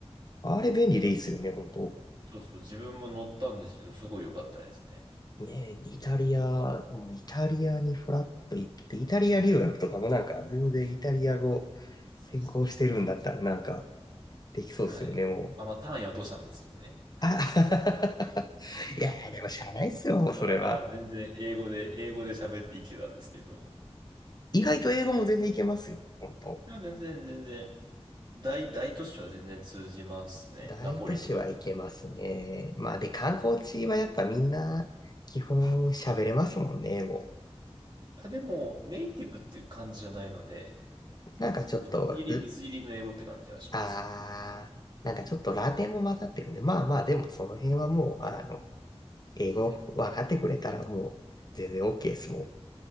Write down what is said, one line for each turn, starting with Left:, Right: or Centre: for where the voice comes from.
Left: あれ便利でいいっすよね、本当
Right: そうそう、自分も乗ったんですけど、すごい良かったですね。
Left: ねえ、イタリア、もうイタリアにフラッと行って、イタリア留学とかもなんか全然イタリア語
Right: そうそうそう。
Left: 専攻してるんだったらなんかできそうっすよね、
Right: はい。
Left: もう。
Right: あ、まあ、単位は落としたんですけどね。
Left: あ、<laughs> いやー、でもしゃあないっすよ、もうそれは。
Right: あだから、全然、英語で、英語で喋って生きてたんですけど、
Left: 意外と英語も全然いけますよ、本当。
Right: いや、全然、全然、大、大都市は全然通じますね。
Left: 大都市はいけますね。
Right: ナポリとかも。
Left: まあで、観光地はやっぱみんな基本喋れますもんね、も
Right: あ、でも、ネイティブっていう感じじゃないので、
Left: う。
Right: なんていうんですか、
Left: なんかちょっと、
Right: ぶつ切りぶつ切りの英語って感じはしますって。
Left: う、あー、なんかちょっとラテンも混ざってるんで、まあまあでもその辺はもう、あの、英語分かってくれたらもう全然
Right: うん。
Left: OK ですもん。